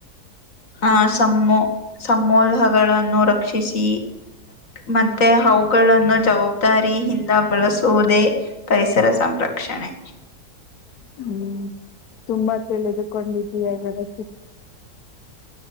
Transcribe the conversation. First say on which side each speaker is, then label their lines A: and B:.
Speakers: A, on the left (about 50°); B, on the left (about 65°).
A: ಹ ಸಮೋ ಸಮೋಲ್ಹಗಳಗಳನ್ನುೂ ರ ರಕ್ಷಿಸಿ ಮತ್ತೆ ಅವುಗಳನ್ನು ಜವಾಬ್ದಾರಿಯಿಂದ ಬಳಸುವುದೇ ಪರಿಸರ ಸಂರಕ್ಷಣೆ
B: ಹ್ಮ್ ತುಂಬಾ ತಿಳಿದುಕೊಂಡಿದಿಯ ಗೆಳತಿ <inaudible>